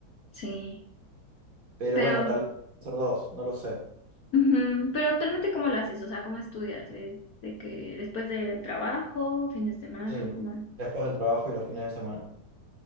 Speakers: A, on the left; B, on the right.
A: sí.
B: Pero
A: Pero,
B: bueno, tal vez ser dos, no lo sé.
A: ujú, Pero actualmente, ¿cómo lo haces? O sea, ¿cómo estudias? ¿Es de que después del trabajo, fin de semana,
B: Sí,
A: cómo es?
B: después del trabajo y los fines de semana.